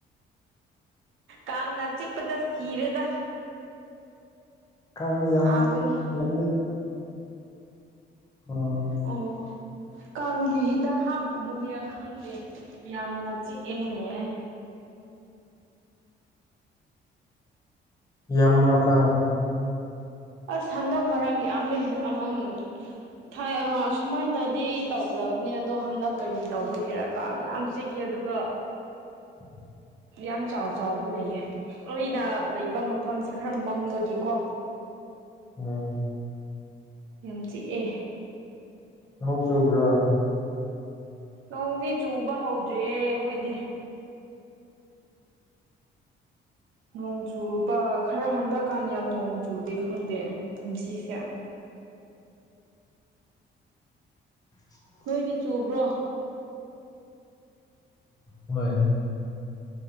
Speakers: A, on the right; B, on the left.
A: ꯀꯥꯡꯅ ꯆꯤꯛꯄꯗ ꯁꯤꯔꯦꯗ
B: ꯈꯪꯗꯦ
A: ꯁꯥꯕꯒꯤ
B: ꯌꯥꯝ ꯂꯝꯗꯦ ꯑꯥ
A: ꯑꯣ ꯀꯥꯡꯒꯤ ꯍꯤꯗꯥꯛ ꯍꯥꯞꯇꯕꯒꯤꯔ ꯈꯪꯗꯦ ꯌꯥꯝꯅ ꯆꯤꯛꯑꯦꯅꯦ
B: ꯌꯥꯝ ꯑꯃꯀ <unintelligible>
A: ꯑꯁ ꯍꯟꯗꯛ ꯃꯔꯛ ꯌꯥꯝꯃꯦ ꯑꯍꯝ ꯊꯥꯏ ꯑ ꯑꯁꯨꯃꯥꯏꯅꯗꯤ ꯇꯧꯗꯕꯅꯦ ꯑꯗꯣ ꯍꯟꯗꯛ ꯀꯔꯤ ꯇꯧꯕꯒꯤꯔꯀ ꯌꯥꯝ ꯁꯤꯒꯤ ꯑꯗꯨꯒ
B: <inaudible>
A: ꯌꯥꯝ ꯆꯥꯎ ꯆꯥꯎꯕ ꯂꯩꯌꯦ ꯑꯩꯅ ꯂꯩꯕ ꯃꯐꯝꯁꯦ ꯈꯔ ꯃꯝꯕꯒꯤꯀꯣ
B: ꯎꯝ
A: ꯌꯥꯝ ꯆꯤꯛꯑꯦ
B: ꯅꯣꯡ ꯆꯨꯕꯔꯥ
A: ꯅꯣꯡꯗꯤ ꯆꯨꯕ ꯍꯧꯗ꯭ꯔꯤꯌꯦ ꯑꯩꯈꯣꯏꯗꯤ ꯅꯣꯡ ꯆꯨꯕ ꯈꯔ ꯍꯟꯗꯛꯀꯥꯟ ꯌꯥꯝ ꯅꯣꯡ ꯆꯨꯗꯦ ꯈꯪꯗꯦ ꯀꯨꯝꯁꯤꯁꯦ
B: <inaudible>
A: ꯅꯣꯏꯗꯤ ꯆꯨꯕ꯭ꯔꯣ
B: ꯍꯣꯏ